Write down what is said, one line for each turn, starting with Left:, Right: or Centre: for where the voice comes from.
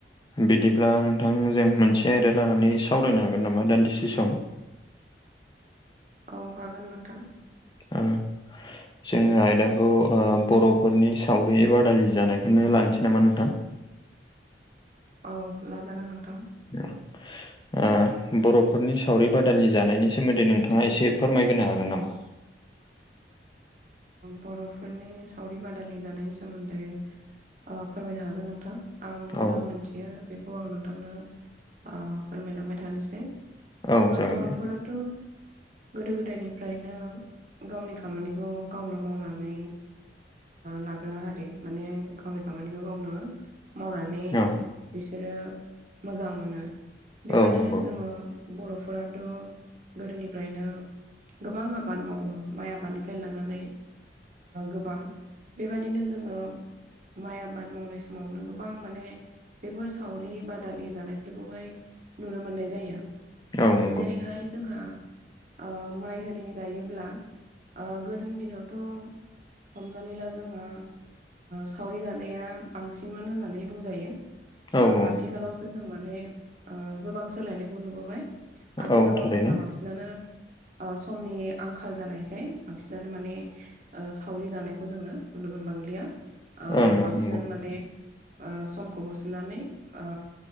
Left: बिदिब्ला नोंथांजों मोनसे आयदा लानानै सावरायनो हागोन नामा दान्दिसे सम?
Right: औ हागोन नोंथां।
Left: <unintelligible> जोङो आयदाखौ बर'फोरनि सावरि बादालि जानायखौनो लानोसै नामा नोंथां?
Right: औ लाजागोन नोंथां।
Left: <unintelligible> बर'फोरनि सावरि बादालि जानायनि सोमोन्दै नोंथाङा एसे फोरमायहोनो हागोन नामा?
Right: बर'फोरनि सावरि बादालि जानायनि सोमोन्दै। ओ फोरमायनो हागोन नोंथां। आं
Left: औ
Right: जा मोनथियो बेखौ आं नोंथांनो ओ फोरमायलांबाय थानोसै।
Left: औ जागोन
Right: बर'फोराथ'
Left: दे
Right: गोदो -गोदायनिफ्रायनो गावनि खामानिखौ औ गावनो मावनानै लाग्रा हारि माने गावनि खामानिखौ गावनो मावनानै
Left: औ
Right: बिसोरो मोजां मोनो बेबादिनो
Left: औ नंगौ
Right: जोङो बर'फोराथ' गोदोनिफ्रायनो गोबां आबाद मावो माइ आबादनिफ्राय <unintelligible> लानानै गोबां बेबायदिनो जोङो माइ आबाद मावनाय समावनो गोबां माने बेफोर सावरि बादालि जानायफोरखौहाय नुनो मोननाय जायो।
Left: औ नंगौ
Right: जेरैहाय जोंहा माइ आरि गायोब्ला गोदोनि दिनावथ' हमनानै ला जोंहा सावरि जानाया बांसिनमोन होननानै बुंजायो।
Left: औ औ
Right: आथिखालावसो जों माने गोबां सोलायनायखौ नुबोबाय। आथिखालाव
Left: औ थारैनो
Right: जोंहा बांसिनानो समनि आंखाल जानायखाय बांसिनानो माने सावरि जानायखौ जोङो नुनो मोनबांलिया। ओ
Left: ओं ओं
Right: बांसिनानो
Left: नंगौ
Right: माने ओ समखौ होसोनानै ओ